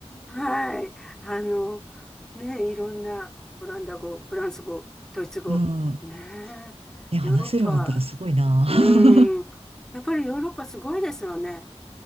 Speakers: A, in the centre; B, on the right (about 60°).
A: はい。あの、ねえ、いろんな、オランダ語、フランス語、ドイツ語、
B: うん。
A: ねえ、
B: ね、話せるようになったらすごいな。
A: ヨーロッパ、うーん。
B: <laughs>
A: やっぱりヨーロッパすごいですよね。